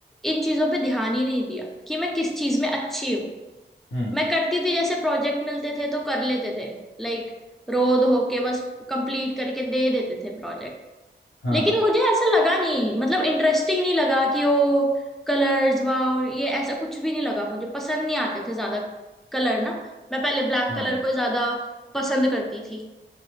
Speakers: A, in the centre; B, on the left (about 85°).
A: इन चीजों पे ध्यान ही नहीं दिया कि मैं किस चीज में अच्छी हूँ
B: हम्म
A: मैं करती थी जैसे प्रोजेक्ट मिलते थे तो कर लेते थे लाइक रोज होके बस कंप्लीट करके दे देते थे प्रोजेक्ट
B: हाँ
A: लेकिन मुझे ऐसा लगा नहीं मतलब इंटरेस्टिंग नहीं लगा कि ओ कलर्स वाओ ये ऐसा कुछ भी नहीं लगा मुझे पसंद नहीं आते थे ज्यादा कलर ना मैं पहले ब्लैक
B: हाँ
A: कलर को ज्यादा पसंद करती थी